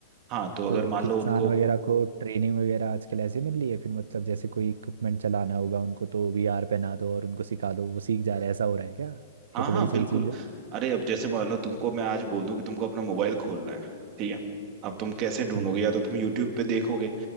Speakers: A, on the right; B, on the right.
A: हाँ तो अगर
B: तो
A: मान
B: किसान
A: लो उनको
B: वगैरह को ट्रेनिंग वगैरह आजकल ऐसे मिल रही है फिर मतलब जैसे कोई इक्विपमेंट चलाना होगा उनको तो वीआर पहना दो और उनको सिखा दो वो सीख जा रहे हैं ऐसा हो रहा है क्या
A: हाँ
B: ये तो
A: हाँ
B: बड़ी सही
A: बिल्कुल
B: चीज है
A: अरे अब जैसे मान लो तुमको मैं आज बोल दूं कि तुमको अपना मोबाइल खोलना है ठीक है अब तुम कैसे ढूंढोगे
B: हम्म
A: या तो तुम यूट्यूब पे देखोगे